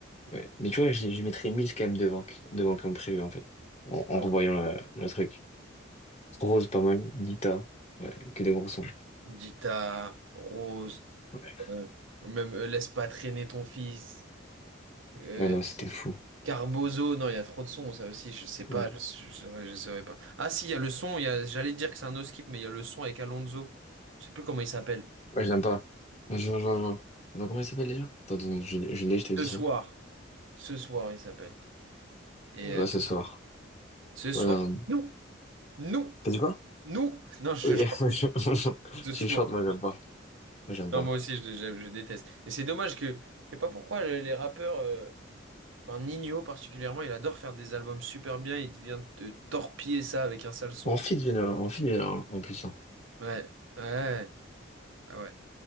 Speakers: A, on the left; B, on the right.
A: Ouais. Mais tu vois, je, je mettrais 1000 quand même devant, devant comme prévu, en fait. En,
B: Non.
A: en revoyant le, le truc. Rose, pas mal. Nita. Ouais, que des gros sons.
B: Dita, Rose,
A: Ouais.
B: euh, même euh, Laisse pas traîner ton fils, euh,
A: Ouais, non, c'était fou.
B: Carbozo, non, il y a trop de sons, ça aussi, je sais
A: Ouais.
B: pas, je, je saurais, je saurais pas. Ah si, il y a le son, il y a, j'allais dire que c'est un no skip, mais il y a le son avec Alonso, je sais plus comment il s'appelle.
A: Ouais, je l'aime pas. Je, je, je, je- Attends, comment il s'appelle déjà? Attends, deux secondes, je, l'ai, je l'ai, je te dis
B: Ce soir.
A: ça.
B: Ce soir, il s'appelle. Et
A: Ouais,
B: euh,
A: ce soir.
B: ce soir,
A: Ouais, non.
B: nous, nous,
A: T'as dit quoi?
B: nous, non, je,
A: Oui,
B: je chante
A: <laughs> je-
B: ce soir.
A: tu chantes, moi j'aime pas. Moi j'aime pas.
B: Non, moi aussi, je, je- je déteste. Et c'est dommage que, je sais pas pourquoi les les rappeurs. euh, Enfin, Ninho particulièrement, il adore faire des albums super bien, il vient te torpiller ça avec un sale son.
A: On fit, on fit, il y en a en plus. hein.
B: Ouais, ouais, ah ouais.